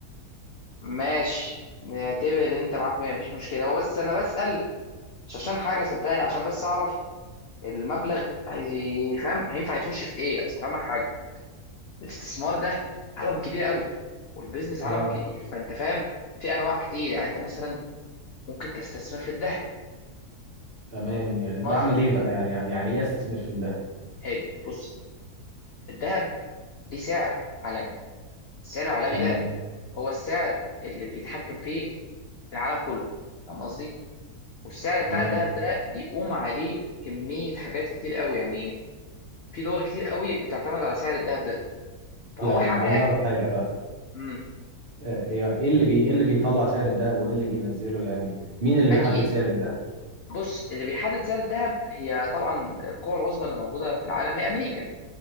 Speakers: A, on the left; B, on the right.
A: ماشي نعتبر ان انت معاك 100 مفيش مشكله هو بس انا بسال مش عشان حاجه صدقني عشان بس اعرف المبلغ هي- فاهم هينفع يخش في ايه اصل فاهمك حاجه، الاستثمار ده عالم كبير قوي والبيزنس عالم
B: اه
A: كبير فانت فاهم في انواع كتير يعني انت مثلا ممكن تستثمر في الذهب
B: تمام يعني
A: استثمار
B: بعمل
A: في الذهب
B: ايه بقى يعني يعني ايه استثمر في الذهب
A: حلو بص الذهب ليه سعر عالمي السعر العالمي
B: تمام
A: ده هو السعر اللي بيتحكم فيه العالم كله فاهم قصدي والسعر بتاع
B: تمام
A: الذهب ده بيقوم عليه كمية حاجات كتير قوي يعني في دول كتير قوي بتعتمد على سعر الذهب ده فهو
B: يعني
A: حاجة
B: عايز اعرف حاجه بقى
A: مم.
B: آه، ايه إيه اللي بي ايه اللي بيطلع سعر الذهب وايه اللي بينزله يعني مين اللي بيحدد
A: اي
B: سعر الذهب
A: بص اللي بيحدد سعر الذهب هي طبعا القوى العظمى اللي موجودة في العالم هي امريكا